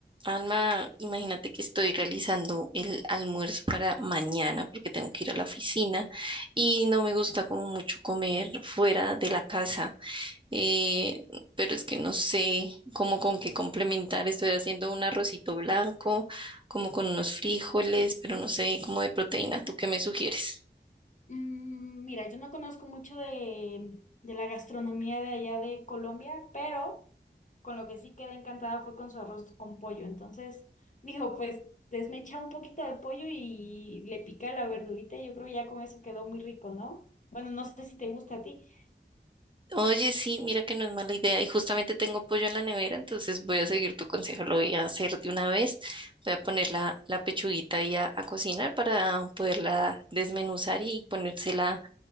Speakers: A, on the right (about 25°); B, on the left (about 40°).
A: Alma, imagínate que estoy realizando el almuerzo para mañana porque tengo que ir a la oficina y no me gusta como mucho comer fuera de la casa, eh, pero es que no sé cómo con qué complementar. Estoy haciendo un arrocito blanco, como con unos frijoles, pero no sé, como de proteína. ¿Tú qué me sugieres?
B: Mm, Mira, yo no conozco mucho de, de la gastronomía de allá de Colombia, pero con lo que sí quedé encantada fue con su arroz con pollo. Entonces, <laughs> dijo, pues desmecha un poquito de pollo y le pica la verdurita. y Yo creo que ya con eso quedó muy rico, ¿no? Bueno, no sé si te gusta a ti.
A: Oye, sí, mira que no es mala idea. Y justamente tengo pollo en la nevera, entonces voy a seguir tu consejo, lo voy a hacer de una vez. Voy a poner la, la pechuguita ahí a, a cocinar para poderla desmenuzar y ponérsela